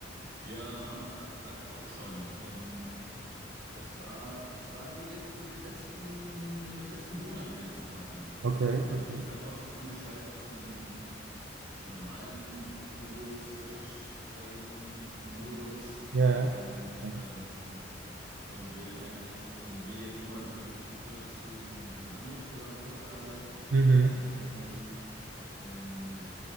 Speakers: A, on the right; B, on the right.
A: ja, es hat auch schon. Ähm, das war, das war so jetzt über den letzten, über den letzten Monat, würde ich sagen.
B: Okay,
A: Habe
B: okay.
A: ich jetzt einfach umgeschaltet von diesem normalen Google Search ähm, Modus
B: Ja,
A: und
B: ja.
A: ähm, und will eigentlich und will jetzt immer nur, ich, ich benutze ähm, ein anderes Programm, Copilot,
B: Mhm.
A: aber letztendlich Ähm,